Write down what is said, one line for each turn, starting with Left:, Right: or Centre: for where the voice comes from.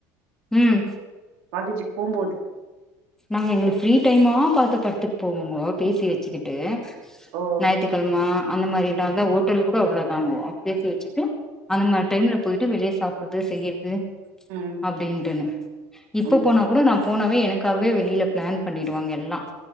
Centre: உம்
Right: காலேஜூக்கு போம்போது
Centre: நாங்க எங்களுக்கு ஃப்ரீ டைம்மா பாத்து படத்துக்கு போவோங்கோ பேசி வச்சுக்கிட்டு
Right: ஓ
Centre: ஞாயித்து கிழம அந்த மாரி நாத ஓட்டலு கூட அவ்வுளோ தாங்கோ பேசி வச்சு அந்த மாரி டைம்ல போயிட்டு வெளியே சாப்பிடுறது செய்யிறது
Right: ம்
Centre: அப்பிடிட்டுன்னு இப்ப
Right: அப்டிங்
Centre: போனா கூட நான் போனா இப்ப என க்கா வெளியில பிளான் பண்ணிடுவாங்க எல்லாம்